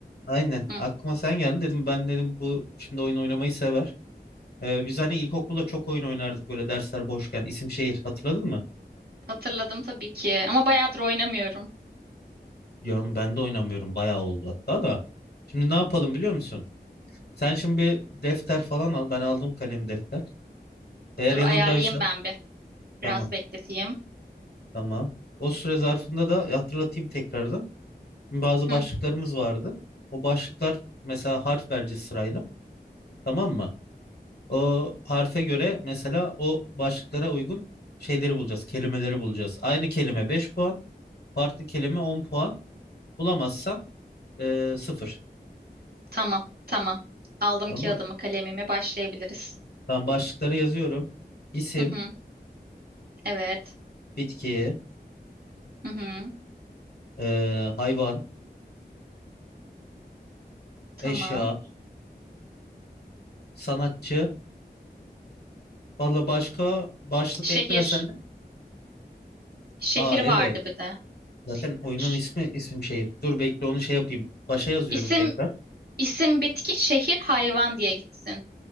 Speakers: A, on the left; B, on the right.
A: Aynen
B: Hı,
A: aklıma sen geldi dedim ben dedim bu şimdi oyun oynamayı sever. Ee, biz hani ilkokulda çok oyun oynardık böyle dersler boşken isim şehir hatırladın mı?
B: hatırladım tabii ki. Ama bayağıdır oynamıyorum.
A: Ya ben de oynamıyorum bayağı oldu hatta da. Şimdi ne yapalım biliyor musun? Sen şimdi bir defter falan al ben aldım kalem defter. Eğer
B: Dur
A: yanındaysa
B: ayarlayayım ben bir. Biraz
A: tamam.
B: bekleteyim.
A: Tamam. O süre zarfında da e, hatırlatayım tekrardan. Bazı
B: Hı,
A: başlıklarımız vardı. O başlıklar mesela harf vereceğiz sırayla. Tamam mı? O harfe göre mesela o başlıklara uygun şeyleri bulacağız. Kelimeleri bulacağız. Aynı kelime 5 puan. Farklı kelime 10 puan. Bulamazsan e, 0.
B: tamam, tamam. Aldım
A: Tamam.
B: kağıdımı, kalemimi. Başlayabiliriz.
A: Ben başlıkları yazıyorum. İsim,
B: Hı hı, evet.
A: bitki,
B: Hı hı,
A: e, hayvan,
B: tamam.
A: eşya, sanatçı. Valla başka başlık
B: Şehir.
A: eklersen de.
B: Şehir
A: Aa
B: vardı
A: evet.
B: bir de.
A: Zaten oyunun
B: Ş-
A: ismi isim şehir. Dur bekle onu şey yapayım. Başa yazıyorum
B: İsim,
A: tekrar.
B: isim bitki, şehir hayvan diye gitsin.